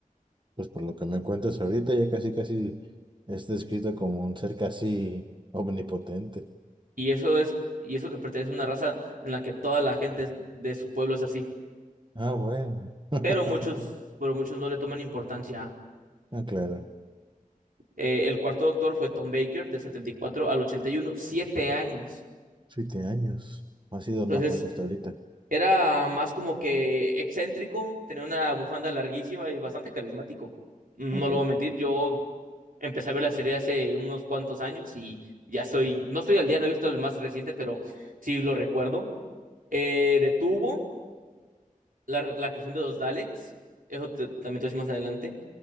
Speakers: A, on the right; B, on the right.
A: Pues por lo que me cuentas ahorita, ya casi, casi es descrito como un ser casi omnipotente.
B: Y eso es, y eso que pertenece a una raza en la que toda la gente de su pueblo es así.
A: Ah, bueno. <laughs>
B: Pero muchos, pero muchos no le toman importancia.
A: Ah, claro.
B: Eh, el cuarto doctor fue Tom Baker, del 74 al 81, siete años.
A: Siete años. Ha sido el
B: Entonces,
A: más largo hasta ahorita.
B: Era más como que excéntrico, tenía una bufanda larguísima y bastante carismático. No
A: ok.
B: lo voy a mentir, yo empecé a ver la serie hace unos cuantos años y ya estoy, no estoy al día, no he visto el más reciente, pero sí lo recuerdo. Eh, detuvo la, la creación de los Daleks, eso te- también te voy a decir más adelante